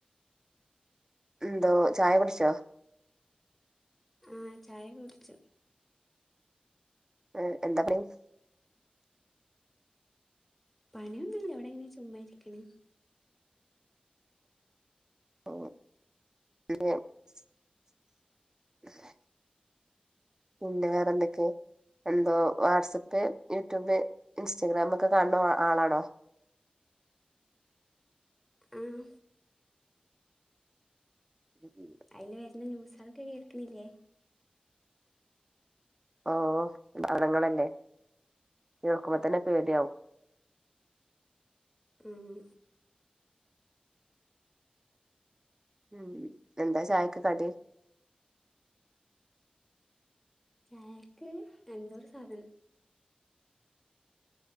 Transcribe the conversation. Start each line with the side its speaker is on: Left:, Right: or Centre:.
Right: എന്തോ ചായ കുടിച്ചോ?
Centre: ആഹ് ചായ കുടിച്ചു.
Right: ഏ <unintelligible>
Centre: പണയൊന്നുമില്ല എവിടെ എങ്ങനെ ചുമ്മാ ഇരിക്കണ്.
Right: ഉം, <unintelligible> പിന്നെ വേറെ എന്ത്ക്ക? എന്തോ വാട്സപ്പ് യൂട്യൂബ് ഇൻസ്റ്റഗ്രാം ഒക്കെ കാണുന്ന ആളാണോ? <inaudible>
Centre: ആഹ്.
Right: ഉം.
Centre: അതിൽ വരുന്ന ന്യൂസളൊക്കെ കേൾക്കണില്ലേ?
Right: ഓ മടങ്ങളല്ലേ, കേക്കുമ്പോ തന്നെ പേടിയാവും.
Centre: ഉം.
Right: ഉം എന്താ ചായക്ക് കടി?
Centre: ചായക്ക് എന്തോ ഒരു സാധനം.